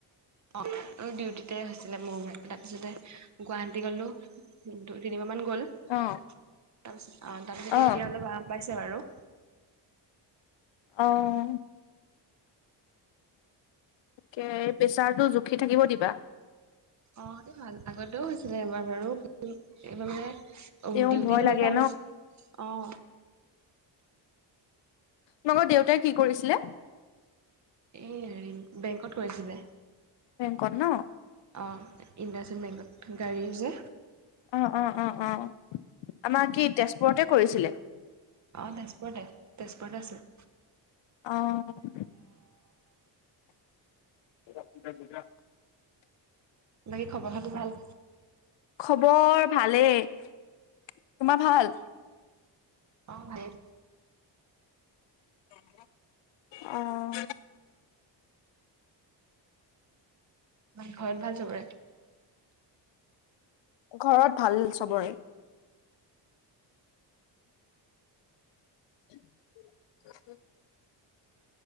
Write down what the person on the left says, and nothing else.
অ অ
অ
অহ। কে প্ৰেছাৰটো জুখি থাকিব দিবা।
তেওঁ
ভয়
লাগে
তোমালোকৰ দেউতাই কি কৰিছিলে?
বেংকত ন?
অহ-অহ-অহ-অহ- অ আমাৰ কি তেজপুৰতে কৰিছিলে?
অহ। এ <unintelligible>
খবৰ ভালেই। তোমাৰ ভাল?
অ'হ।
ঘৰত ভাল চবৰে। <inaudible>